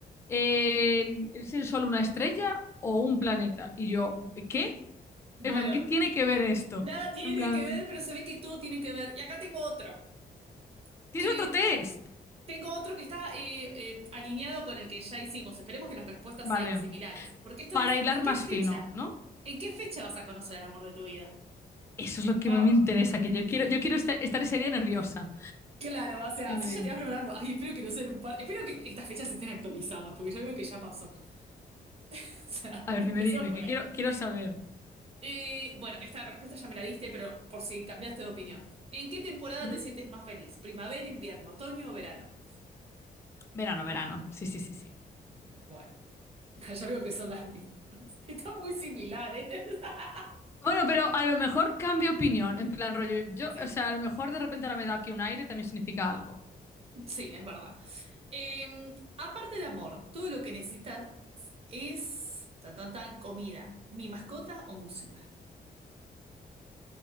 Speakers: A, on the left (about 15°); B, on the right (about 35°).
A: eh, ¿es el sol una estrella o un planeta? Y yo, ¿qué?
B: Bueno,
A: En plan, ¿qué tiene que ver esto?
B: nada tiene
A: En plan,
B: que ver, pero se ve que todo tiene que ver. Y acá tengo otro,
A: ¿tienes
B: que
A: otro test?
B: tengo otro que está eh, eh, alineado con el que ya hicimos. Esperemos que las respuestas
A: Vale,
B: sean similares. Porque esto
A: para
B: es,
A: hilar
B: ¿en qué
A: más
B: fecha?
A: fino, ¿no?
B: ¿En qué fecha vas a conocer al amor de tu vida?
A: Eso es lo que
B: Wow,
A: me interesa, que yo quiero, yo quiero estar, estar ese día nerviosa.
B: claro, o sea,
A: Dime,
B: así
A: dime.
B: ya te vas preparando. Ay, espero que no sean un par. Espero que estas fechas estén actualizadas, porque ya veo que ya pasó. <laughs> O sea,
A: A ver,
B: empezó
A: dime, dime,
B: por
A: que
B: ahí.
A: quiero, quiero saber.
B: Eh, bueno, esta respuesta ya me la diste, pero por si cambiaste de opinión. ¿En qué temporada
A: ¿Mm?
B: te sientes más feliz? ¿Primavera, invierno, otoño o verano?
A: Verano, verano. Sí, sí, sí, sí.
B: Bueno, <laughs> ya veo que son las mismas. Están muy similares. <laughs>
A: Bueno, pero a lo mejor cambio opinión, en plan rollo. Yo,
B: Sí,
A: o sea, a lo mejor de repente ahora me da aquí un aire, también significa algo.
B: sí, es verdad. Eh, aparte de amor, todo lo que necesitas es tan, tan, tan, comida, mi mascota o música.